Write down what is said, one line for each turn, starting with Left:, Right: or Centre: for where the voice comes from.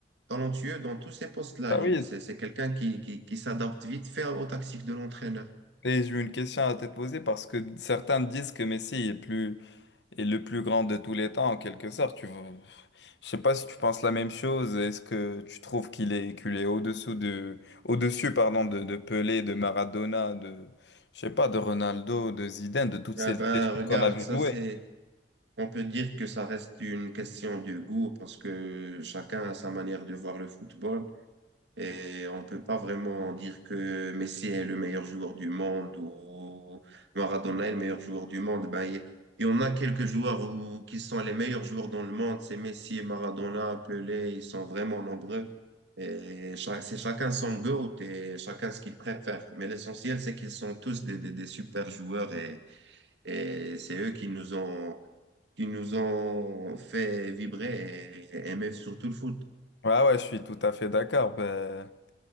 Right: talentueux dans tous ces postes-là.
Left: Bah
Right: Il-
Left: oui.
Right: C'est c'est quelqu'un qui, qui, qui s'adapte vite fait aux tactiques de l'entraîneur.
Left: Et j'ai une question à te poser parce que certains disent que Messi est plus Et le plus grand de tous les temps, en quelque sorte. Tu vois. Je sais pas si tu penses la même chose. Est-ce que tu trouves qu'il est, qu'il est au-dessous de, au-dessus, pardon, de, de Pelé, de Maradona, de, je sais pas, de Ronaldo, de Zidane, de toutes
Right: Ben,
Left: ces légendes
Right: ben, regarde,
Left: qu'on a vu
Right: ça
Left: jouer?
Right: c'est, on peut dire que ça reste une question de goût parce que chacun a sa manière de voir le football. Et on ne peut pas vraiment dire que Messi est le meilleur joueur du monde ou Maradona est le meilleur joueur du monde. Ben, il il y en a quelques joueurs où- qui sont les meilleurs joueurs dans le monde. C'est Messi, Maradona, Pelé, ils sont vraiment nombreux. Et cha- c'est chacun son goût et chacun ce qu'il préfère. Mais l'essentiel, c'est qu'ils sont tous des, des, des super joueurs et, et c'est eux qui nous ont, qui nous ont fait vibrer et aimer surtout le foot.
Left: Ouais, ouais, je suis tout à fait d'accord. Ben,